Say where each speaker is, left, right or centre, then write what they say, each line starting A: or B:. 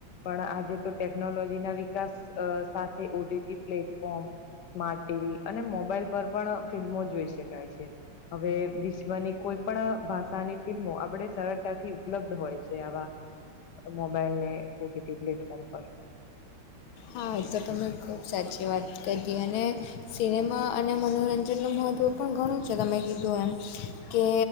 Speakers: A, on the left; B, on the left.
A: પણ આજે તો ટેકનોલોજી ના વિકાસ અ સાથે ઓટીટી પ્લેટફોર્મ સ્માર્ટ ટીવી અને મોબાઈલ પર પણ ફિલ્મો જોઈ શકાય છે. હવે વિશ્વની કોઈ પણ ભા સા ની ફિલ્મો આપડે સરળતાથી ઉપલબ્ધ હોય છે, આવા મોબાઈલ ને ઓટીટી પ્લેટફોર્મ પર
B: હા એતો તમે ખૂબ સાચી વાત કરી અને સિનેમા અને મનોરંજનનું મહત્ત્વ પણ ઘણું છે તમે કીધું એમ કે